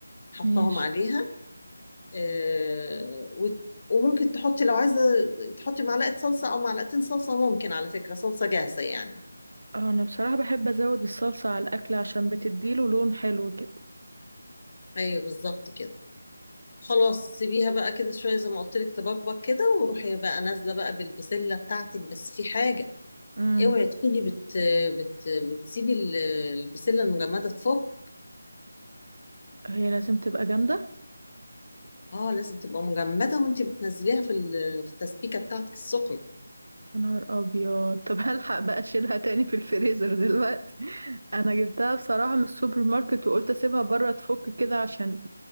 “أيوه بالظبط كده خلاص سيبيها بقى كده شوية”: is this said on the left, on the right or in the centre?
Left